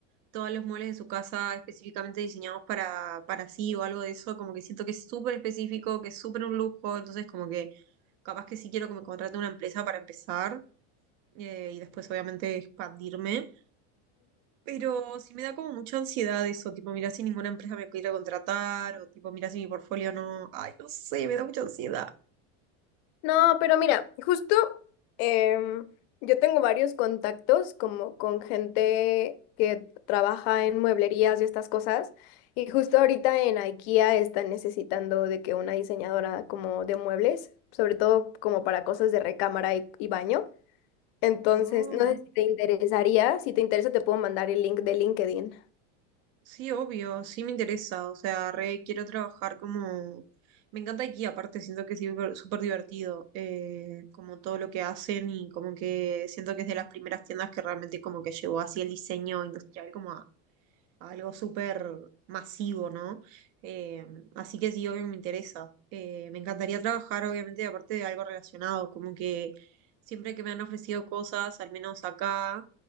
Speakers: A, on the right (about 55°); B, on the left (about 60°).
A: todos los muebles de su casa específicamente diseñados para, para sí o algo de eso, como que siento que es súper específico, que es súper un lujo, entonces como que capaz que sí quiero que me contrate una empresa para empezar eh, y después obviamente expandirme. Pero sí me da como mucha ansiedad eso, tipo, mira si ninguna empresa me quiere contratar o tipo, mira si mi portfolio no, ay, no sé, me da mucha ansiedad.
B: No, pero mira, justo em, yo tengo varios contactos como con gente que trabaja en mueblerías y estas cosas. Y justo ahorita en IKEA están necesitando de que una diseñadora como de muebles, sobre todo como para cosas de recámara y, y baño. Entonces,
A: Oh.
B: no sé si te interesaría, si te interesa te puedo mandar el link de LinkedIn.
A: Sí, obvio, sí me interesa, o sea, re quiero trabajar como... Me encanta aquí, aparte siento que es súper súper divertido, eh, como todo lo que hacen y como que siento que es de las primeras tiendas que realmente como que llevó así el diseño industrial como algo súper masivo, ¿no? Eh, así que sí, obvio que me interesa. Eh, me encantaría trabajar, obviamente, aparte de algo relacionado, como que siempre que me han ofrecido cosas, al menos acá,